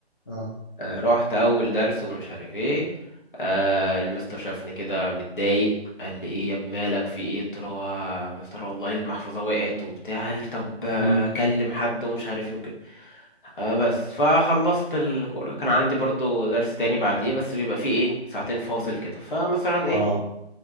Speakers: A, on the left; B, on the left.
A: اه
B: آه رحت أول درس ومش عارف ايه آه المستر شافني كده متضايق قال لي ايه يا ابني مالك في ايه قلت له آه، يا مستر والله المحفظة وقعت وبتاع قال لي طب آه،
A: امم
B: كلم حد ومش عارف ايه وكده آه بس فخلصت الكورة كان عندي برضو درس تاني بعديه بس بيبقى فيه ايه ساعتين فاصل كده فمثلا ايه
A: اه